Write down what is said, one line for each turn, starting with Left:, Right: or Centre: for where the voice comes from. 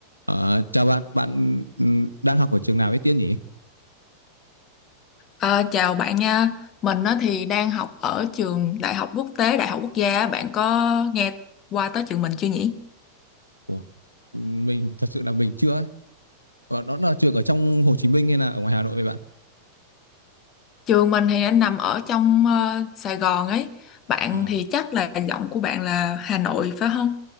Right: Ờ, chào bạn, bạn ừm, đang học ở trường nào ấy Tiên nhỉ?
Left: Ờ, chào bạn nha, mình á thì đang học ở trường Đại học Quốc tế, Đại học Quốc gia, á. bạn có nghe qua tới trường mình chưa nhỉ?
Right: Ủa, mình thật sự là mình chưa ấy. Ờ, Đó là trường ở trong Hồ Chí Minh hay là ở ngoài Hà Nội vậy bạn?
Left: Trường mình thì anh nằm ở trong ờ, Sài Gòn ấy, bạn
Right: Ờ,
Left: thì chắc là giọng của bạn là Hà Nội phải không?